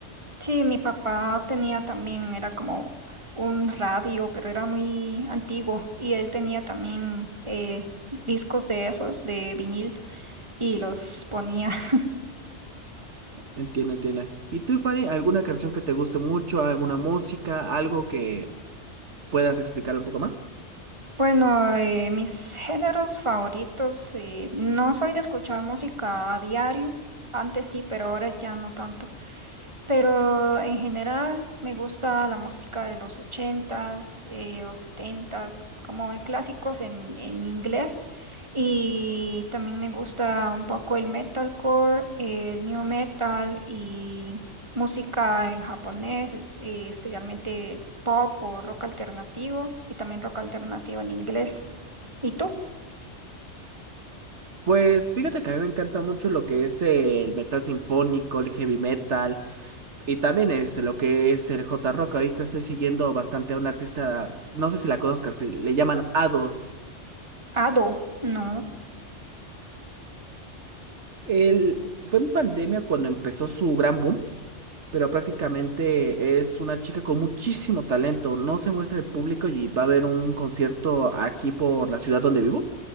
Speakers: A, on the right (about 25°); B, on the right (about 70°).
A: Sí, mi papá tenía también, era como un radio, pero era muy antiguo y él tenía también eh, discos de esos, de vinil, y los ponía. <laughs>
B: Entiende, entiende. ¿Y tú, Fanny, alguna canción que te guste mucho, alguna música, algo que puedas explicar un poco más?
A: Bueno, eh, mis géneros favoritos, eh, no soy de escuchar música a diario, antes sí, pero ahora ya no tanto. Pero en general me gusta la música de los ochentas eh, o setentas, como de clásicos en, en inglés. Y también me gusta un poco el metalcore, el new metal y música en japonés, es- eh, especialmente pop o rock alternativo y también rock alternativo en inglés. ¿Y tú?
B: Pues fíjate que a mí me encanta mucho lo que es el metal sinfónico, el heavy metal y también este, lo que es el J-Rock. Ahorita estoy siguiendo bastante a una artista, no sé si la conozcas, sí, le llaman Ado.
A: Ado, no.
B: Él fue en pandemia cuando empezó su gran boom, pero prácticamente es una chica con muchísimo talento. No se muestra el público y va a haber un concierto aquí por la ciudad donde vivo.